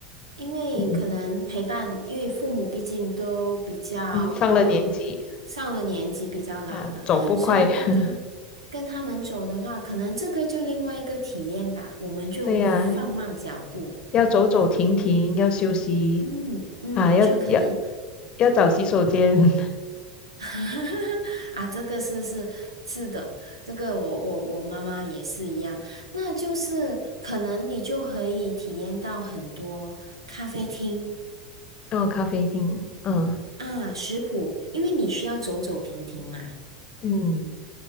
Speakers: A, on the right; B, on the left.
A: 因为可能陪伴，
B: 嗯
A: 因为父母毕竟都比较呃
B: 嗯，上了年纪
A: 上了年纪，比较老了，
B: 啊，走不快。
A: 所以跟他
B: <laughs>
A: 跟他们走的话，可能这个就另外一个体验吧。我们就放慢脚步，
B: 对呀、要走走停停，要休息
A: 嗯嗯，
B: 啊，要要
A: 就可能
B: 要找洗手间，<laughs>
A: <laughs> 啊，这个是是是的，这个我我我妈妈也是一样。那就是可能你就可以体验到很多咖啡厅。
B: 到咖啡厅，嗯
A: 啊，食谱，因为你需要走走停停嘛，
B: 嗯。